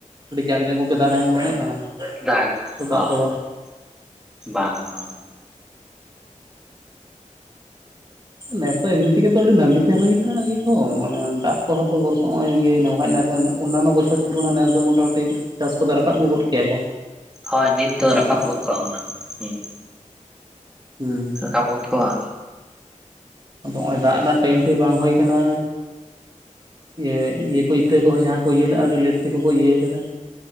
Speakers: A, on the right (about 35°); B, in the centre.
A: ᱟᱹᱰᱤ ᱡᱟᱠ ᱡᱚᱢᱚᱠ ᱜᱮ ᱫᱟᱜᱟᱭ ᱢᱚᱱᱮ ᱦᱩᱭᱩᱜ ᱠᱟᱱᱟ᱾
B: ᱫᱟᱜ
A: ᱛᱚ
B: ᱦᱳᱭ
A: ᱫᱟᱜ ᱫᱚ
B: ᱦᱳᱭ
A: ᱵᱟᱝ
B: ᱵᱟᱝ-ᱟ᱾
A: ᱱᱮᱥ ᱫᱚ ᱮᱢᱱᱤ ᱛᱮᱜᱮ ᱛᱚ ᱟᱹᱰᱤ ᱱᱟᱹᱢᱤᱛᱮ ᱦᱩᱭ ᱟᱠᱟᱱᱟ ᱤᱭᱟᱹ ᱠᱚᱦᱚᱸ ᱢᱟᱱᱮ ᱫᱟᱜ ᱠᱚᱦᱚᱸ ᱛᱚ ᱦᱚᱜᱼᱚᱭ ᱤᱭᱟᱹᱭᱱᱟ ᱵᱟᱠᱷᱟᱡ ᱱᱮᱥ ᱚᱱᱱᱟᱱᱚ ᱵᱚᱪᱷᱚᱨ ᱛᱩᱞᱚᱱᱟ ᱱᱮᱥ ᱫᱚ ᱢᱚᱴᱟᱢᱩᱴᱤ ᱪᱟᱥ ᱠᱚᱫᱚ ᱨᱟᱠᱟᱵ ᱟᱹᱜᱩ ᱜᱚᱫ ᱠᱮᱭᱟ ᱠᱚ᱾
B: ᱦᱳᱭ ᱱᱤᱛ ᱫᱚ
A: ᱱᱮᱥᱟᱜ
B: ᱨᱟᱠᱟᱵ ᱜᱚᱫ ᱠᱚᱜ-ᱟ ᱦᱩᱱᱟᱹᱝ ᱦᱩᱸ᱾
A: ᱦᱩᱸ᱾
B: ᱨᱟᱠᱟᱵ ᱜᱚᱫ ᱠᱚᱜ-ᱟ᱾
A: ᱟᱫᱚ ᱦᱚᱸᱜᱼᱚᱭ ᱫᱟᱜ ᱨᱮᱱᱟᱜ ᱴᱟᱭᱤᱢ ᱴᱷᱤᱠ ᱵᱟᱝ ᱦᱩᱭ ᱠᱟᱱᱟ, ᱤᱭᱟᱹ ᱤᱭᱟᱹ ᱠᱚ ᱤᱛᱟᱹ ᱠᱚᱦᱚᱸ ᱡᱟᱦᱟᱸ ᱠᱚ ᱤᱭᱟᱹ ᱞᱟᱜ-ᱟ ᱟᱹᱰᱤ ᱞᱮᱴ ᱛᱮᱠᱚ ᱠᱚ ᱤᱭᱟᱹ ᱠᱟᱫᱟ᱾